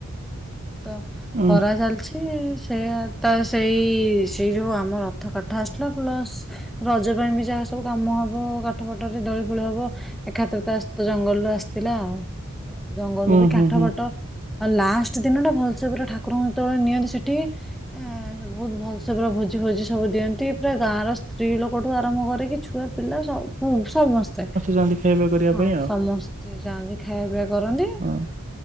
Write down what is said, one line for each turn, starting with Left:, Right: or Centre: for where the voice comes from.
Centre: ତ
Right: ଉଁ
Centre: କରା ଚାଲିଚି ସେଇଆ ତସେଇ ସେଇ ଯଉଁ ଆମ ରଥ କଠା ଆସିଲା ପ୍ଲସ୍ ରଜ ପାଇଁବି ଯାହା ସବୁ କାମ ହବ କାଠ ଫାଠରେ ଦଳି ଫୁଳି ହବ। ଏକାଥରେତ ଆସ୍ତେ ଜଙ୍ଗଲରୁୁ ଆସିଥିଲା ଆଉ ଜଙ୍ଗଲରୁବି
Right: ଉଁ ହୁଁ
Centre: କା
Right: ହୁଁ
Centre: ଆଉ ଲାଷ୍ଟ ଦିନଟା ଭଲସେ ପୁରା ଠାକୁରଙ୍କୁ ଯେତେବେଳେ ନିଅନ୍ତି ସେଠିକି ଏଁ ବହୁତ୍ ଭଲସେ ପୁରା ଭୋଜି ଫୋଜି ସବୁ ଦିଅନ୍ତି ପୁରା ଗାଁର ସ୍ତ୍ରୀ ଲୋକଠୁ ଆରମ୍ଭ କରିକି ଛୁଆ ପିଲା ସବୁ ସମସ୍ତେ
Right: ଯାଆନ୍ତି ଖାଇବା କରିବା
Centre: ହଁ
Right: ପାଇଁ ଆଉ।
Centre: ସମସ୍ତେ ଯାଆନ୍ତି ଖାଇବା ପିଇବା କରନ୍ତି।
Right: ହଁ